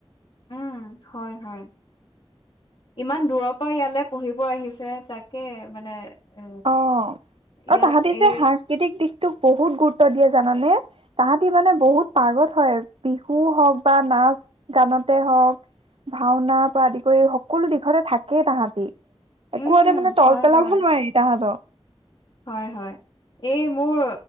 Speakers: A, on the left; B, on the right.
A: উম হয় হয় ইমান দূৰৰ পৰা ইয়ালৈ পঢ়িব আহিছে তাকে মানে। এ
B: অহ
A: ইয়াত
B: আৰু তাহাঁতি
A: এই
B: যে সাংস্কৃতিক দিশ। তোক বহুত গুৰুত্ব দিয়ে জানানে তাহাঁতি মানে বহুত পাগত হয় বিহু হওক বা নাচ গানতে হওক ভাওনাৰ পৰা আদি কৰি সকলো দিশতে থাকেই তাহাঁতি।
A: উম,
B: একোতে মানে তল
A: হয়
B: পেলাব
A: হয়।
B: নোৱাৰি। হ।
A: হয় হয় এই মোৰ